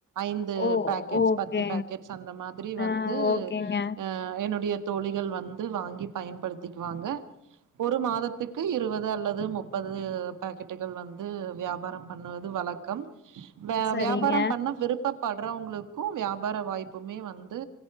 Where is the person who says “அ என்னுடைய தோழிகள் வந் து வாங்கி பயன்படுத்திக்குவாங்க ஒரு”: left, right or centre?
Right